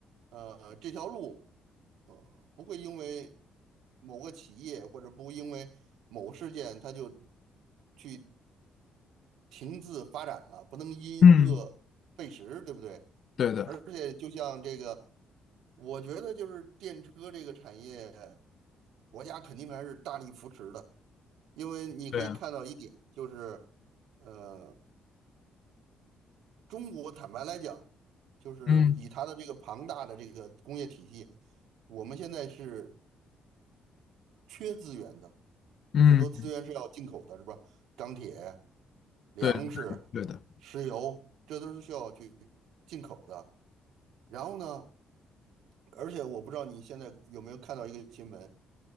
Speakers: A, on the right; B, on the left.
A: 呃，这条路，呃，不会因为某个企业或者不会因为某个事件，它就去停滞发展了，不能因恶废食，
B: 嗯，
A: 对不对？
B: 对的，
A: 而且就像这个，我觉得就是电车这个产业，国家肯定还是大力扶持的，因为你可以看到一点，
B: 对啊
A: 就是呃，中国坦白来讲，就是以它的这个庞大的这个工业体系，
B: 嗯
A: 我们现在是缺资源的。
B: 嗯，
A: 很多资源是要进口的，是吧？钢铁、粮食、
B: 对对的，
A: 石油，这都是需要去进口的。然后呢，而且我不知道你现在有没有看到一个新闻，